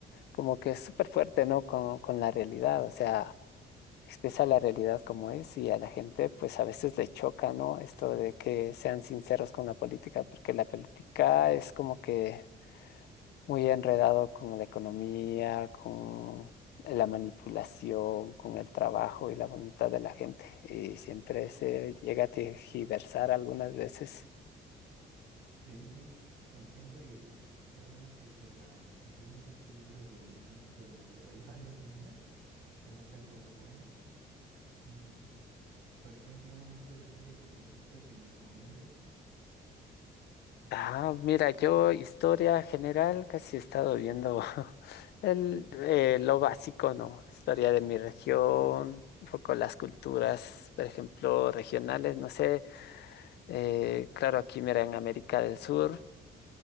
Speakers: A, on the left; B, on the right.
A: como que es súper fuerte, ¿no? Con, con la realidad, o sea, expresa la realidad como es y a la gente pues a veces le choca, ¿no? Esto de que sean sinceros con la política, porque la política es como que muy enredado con la economía, con la manipulación, con el trabajo y la voluntad de la gente. Y siempre se llega a tergiversar algunas veces.
B: Sí, sí, te entiendo y qué bueno que se la enseñes este libro del Príncipe de Maquiavelo <laughs> a los niños. Se me hace algo bueno. Mm, Por ejemplo, un libro de historia que te guste o que me recomiendes.
A: Ah, mira, yo historia general casi he estado viendo <laughs> el,
B: Ujú.
A: eh, lo básico, ¿no? Historia de mi región, un poco las culturas, por ejemplo, regionales, no sé. eh, claro, aquí mira, en América del Sur.